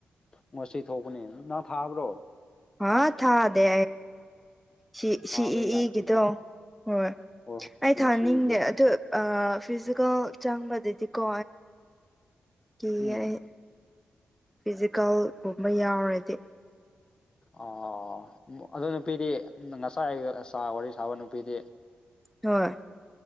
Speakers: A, on the left; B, in the centre.
A: ꯉ ꯊꯧꯕꯅꯦ ꯅꯪ ꯊꯥꯕ꯭ꯔꯣ
B: ꯍꯥ ꯊꯥꯗꯦ ꯁꯤ
A: ꯊꯥꯕ
B: ꯁꯤ ꯏ
A: ꯌꯥꯕ
B: ꯏꯒꯤꯗꯣ ꯍꯣꯏ
A: ꯍꯣꯏ
B: ꯑꯩ
A: ꯍꯣꯏ
B: ꯊꯥꯅꯤꯡꯗꯦ
A: ꯁꯤꯗꯣ
B: ꯑꯗꯨ ꯐꯤꯖꯤꯀꯦꯜ ꯆꯪꯕꯗꯗꯤꯀꯣ ꯀꯤ
A: ꯎꯝ
B: ꯑꯩ ꯐꯤꯖꯤꯀꯦꯜꯒꯨꯝꯕ ꯌꯥꯎꯔꯗꯤ
A: ꯑꯣ ꯑꯗꯨ ꯅꯨꯄꯤꯗꯤ ꯉꯁꯥꯏ ꯁꯥ ꯋꯥꯔꯤ ꯁꯥꯕ ꯅꯨꯄꯤꯗꯤ
B: ꯍꯣꯏ